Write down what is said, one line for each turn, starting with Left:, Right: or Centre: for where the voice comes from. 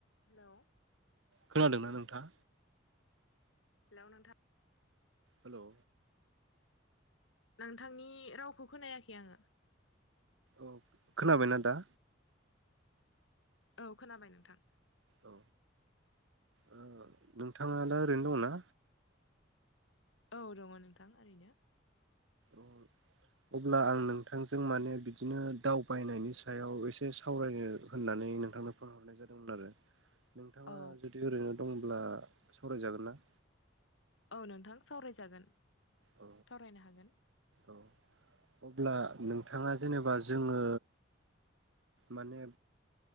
Left: Hello
Right: खोनादोंना नोंथाङा?
Left: Hello नोंथां
Right: हेलौ
Left: नोंथांनि रावखौ खोनायाखै आङो
Right: औ खोनाबायना दा?
Left: औ खोनाबाय नोंथां
Right: औ ओ नोंथाङा दा ओरैनो दं ना
Left: औ दङ नोंथां ओरैनो
Right: ओम अब्ला आं नोंथांजों माने बिदिनो दावबायनायनि सायाव एसे सावरायनो होननानै नोंथांनो फन हरनाय जादोंमोन आरो नोंथाङा
Left: औ
Right: जुदि ओरैनो दंब्ला सावरायजागोन ना
Left: औ नोंथां सावरायजागोन
Right: औ
Left: सावरायनो हागोन
Right: औ अब्ला नोंथाङा जेनोबा जोङो माने